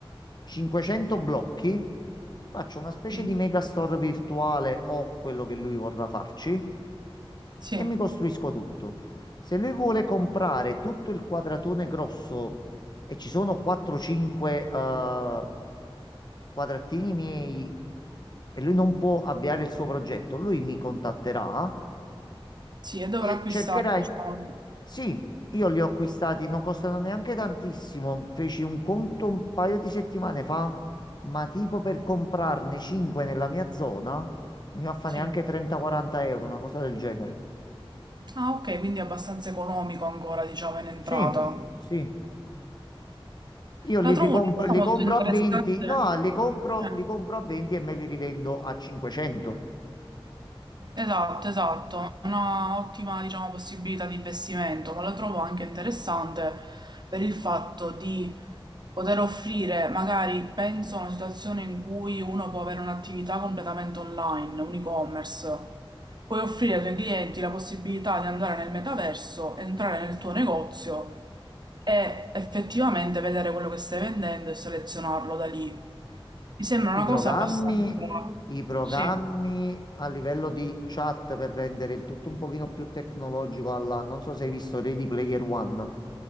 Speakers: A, on the left; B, on the right.
A: 500 blocchi, faccio una specie
B: sì,
A: di megastore virtuale o quello che lui vorrà farci
B: sì,
A: e mi costruisco tutto. Se lui vuole comprare tutto il quadratone grosso e ci sono 4-5 eh, quadratini miei e lui non può avviare il suo progetto, lui mi contatterà
B: sì, e dovrà
A: e
B: acquistare,
A: cercherai.
B: diciamo,
A: Sì, io li ho acquistati, non costano neanche tantissimo. Feci un conto un paio di settimane fa, ma tipo per comprarne 5 nella mia zona, veniva a fare
B: sì.
A: neanche 30-40 euro, una cosa del genere.
B: Ah, ok, quindi è abbastanza economico ancora, diciamo, in entrata.
A: Sì, sì. Io li,
B: La trovo
A: ricompro-
B: una cosa
A: li
B: molto
A: compro
B: interessante.
A: a 20, no, li compro,
B: Eh,
A: li compro a 20 e me li rivendo a 500.
B: Esatto, esatto, una ottima, diciamo, possibilità di investimento, ma lo trovo anche interessante per il fatto di poter offrire, magari penso a una situazione in cui uno può avere un'attività completamente online, un e-commerce, puoi offrire ai tuoi clienti la possibilità di andare nel metaverso, entrare nel tuo negozio e effettivamente vedere quello che stai vendendo e selezionarlo da lì. Mi sembra
A: I
B: una
A: programmi,
B: cosa abbastanza...
A: i programmi
B: Sì.
A: a livello di chat per rendere il tutto un pochino più tecnologico alla... Non so se hai visto Ready Player One.